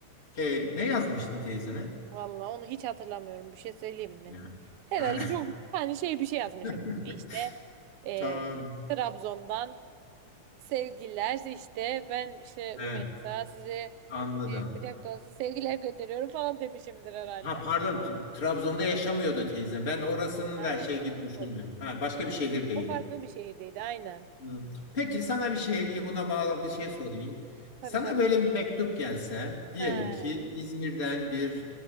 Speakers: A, on the left (about 20°); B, on the right (about 85°).
A: Te- ne yazmıştın teyzene?
B: Vallahi onu hiç hatırlamıyorum. Bir şey söyleyeyim mi?
A: Ne?
B: Herhalde
A: Ha.
B: çok hani şey bir şey yazmışımdır.
A: <laughs>
B: İşte eee,
A: Tamam.
B: Trabzon'dan sevgiler işte ben işte
A: He,
B: Rümeysa size
A: anladım.
B: kucak dolusu sevgiler gönderiyorum falan demişimdir herhalde.
A: Ha pardon T- Trabzon'da yaşamıyordu teyze. Ben orasını
B: Ha
A: da şey
B: yok.
A: gibi düşündüm. Ha, başka bir şehirdeydi.
B: O farklı bir şehirdeydi aynen.
A: Hmm. Peki sana bir şey buna bağlı bir şey sorayım.
B: Tabii
A: Sana
B: tabii.
A: böyle bir mektup gelse diyelim
B: Ha,
A: ki İzmir'den bir